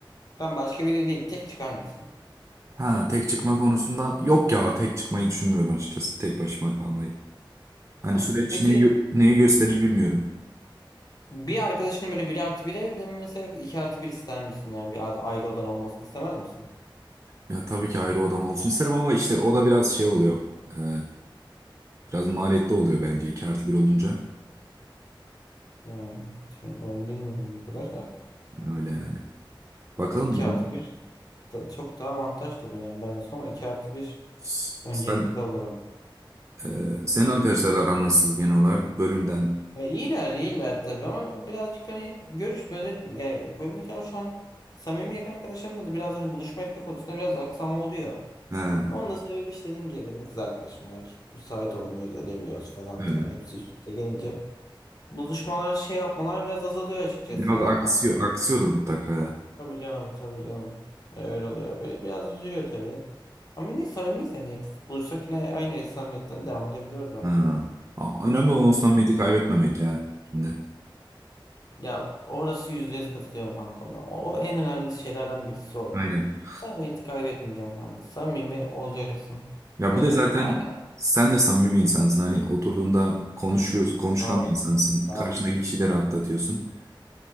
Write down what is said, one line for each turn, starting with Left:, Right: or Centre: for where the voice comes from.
Left: Tam başka biri değil tek çıkar mısın?
Right: Ha tek çıkma konusunda yok ya tek çıkmayı düşünmüyorum açıkçası. Tek başıma kalmayı. Hani
Left: Hmm.
Right: süreç
Left: Peki
Right: neyi, gö- neyi gösterir bilmiyorum.
Left: bir arkadaşının böyle bir artı bir evde mi mesela yoksa iki artı bir ister misin? Yani bir ad- ayrı odan olmasını istemez misin?
Right: Ya tabii ki ayrı odam olsun isterim ama işte o da biraz şey oluyor. Ee, biraz maliyetli oluyor bence 2 artı bir olunca.
Left: Hmm. Tüm- Onu bilmiyorum bu kadar da.
Right: Öyle yani. Bakalım
Left: Bu iki
Right: durum.
Left: artı bir da- çok daha avantaj tabii yani ben olsam iki artı bir
Right: S-
Left: öncelikli
Right: Sen
Left: olurum.
Right: Ee, senin arkadaşlarla aran nasıl genel olarak bölümden?
Left: Ya iyiler iyiler tabii ama birazcık hani görüşmüyor etmiyor. Yani bölümdekiler şu an samimi yakın arkadaşlarımla da biraz hani buluşma etme konusunda biraz aksama oluyor.
Right: Ha,
Left: Onun da sebebi işte dediğim gibi benim kız arkadaşım var. Müsait olamıyoruz edemiyoruz falan filan
Right: evet.
Left: hepsi üst üste gelince. Buluşmalar şey yapmalar biraz azalıyor açıkçası
Right: Biraz
Left: ya
Right: aksıyor,
Left: kanka.
Right: aksıyordur mutlaka ya.
Left: Tabii canım tabii canım. E, Öyle oluyor. Böyle biraz üzülüyor tabii. Ama yine samimiyiz yani. Buluşsak yine aynı samimiyetten devam edebiliyoruz bence.
Right: Ha. A- Önemli olan o samimiyeti kaybetmemek ya şimdi.
Left: Ya orası %100 katılıyorum kanka ona. O, o en önemli şeylerden birisi o.
Right: Aynen.
Left: Samimiyeti kaybetmeyeceksin kanka. Samimi olacaksın.
Right: Ya
Left: Şu
Right: bir
Left: olacaksın.
Right: de zaten
Left: Arkadaş
Right: sen de samimi bir insansın. Hani oturduğunda konuşuyorsun, konuşkan
Left: sağ olsun.
Right: bir insansın.
Left: Sağ
Right: Karşındaki
Left: olsun.
Right: kişiyi de rahatlatıyorsun.